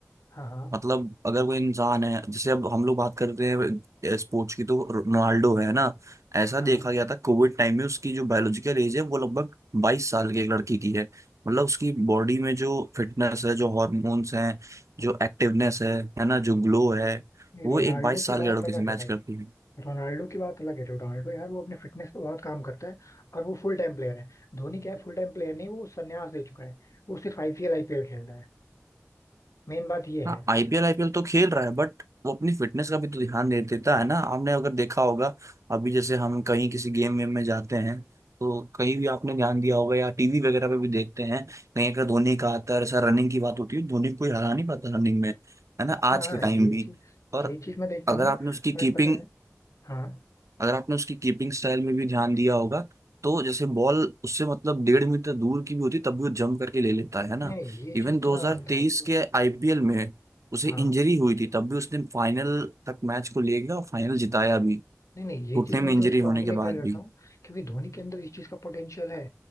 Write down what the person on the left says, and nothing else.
हाँ हाँ
हाँ
नहीं
रोनाल्डो
की बात
अलग
है भाई
रोनाल्डो की बात अलग है रोनाल्डो यार वो अपने फिटनेस पे बहुत काम करता है और वो फुल टाइम प्लेयर है धोनी क्या है फुल टाइम प्लेयर नहीं वो संन्यास ले चुका है वो सिर्फ आईपीएल आईपीएल खेल रहा है मेन बात ये है
हाँ हाँ
ये
चीज
ये चीज मैं देखता
हूँ
बट
पता है हाँ
नहीं नहीं ये
चीज
तो मैं मानता हूँ देखो,
हाँ
नहीं नहीं ये
चीज
मैं एकदम
स्ट्रांगली
एग्री
करता
हूँ क्योंकि धोनी के अंदर इस चीज का पोटेंशियल है